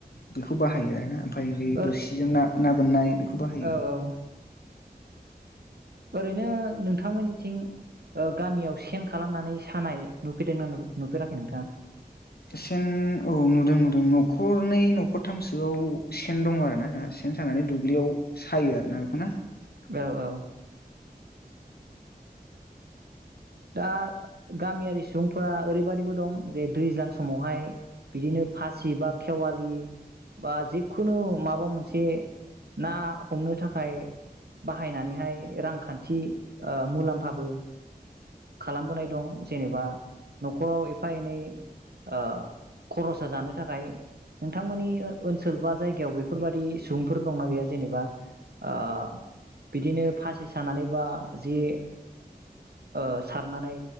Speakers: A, on the left (about 75°); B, on the right (about 75°).
A: बेखौ बाहायो आरोना ओमफ्राय बे
B: ओर
A: बोरसिजों ना ना बोननाय बेखौ बाहायो
B: औ औ। ओरैनो नोंथांमोननिथिं। ओ गामियाव सेन खालामनानै सानाय नुफेरदोंना नुफेराखै नोंथाङा?
A: सेन औ नुदों नुदों न'खरनै न'खरथामसोआव सेन दं आरो ना जोंहा सेन सानानै दुब्लियाव सायो आरोना बेखौना
B: औ औ। दा गामियारि सुबुंफोरा ओरैबायदिबो दं जे दैज्लां समावहाय। बिदिनो फासि बा खेवालि बा जि खुनु माबा मोनसे ना हमनो थाखाय। बाहायनानैहाय रांखान्थि ओ मुलाम्फाबो खालामबोनाय दं जेनेबा न'खराव एफा एनै ओ खरस जानो थाखाय नोंथांमोननि ओ ओनसोल बा जायगायाव बे फोर बादि सुबुंफोर दंना गैया जेनेबा? ओ बिदिनो फासि सानानै बा जे ओ सारनानै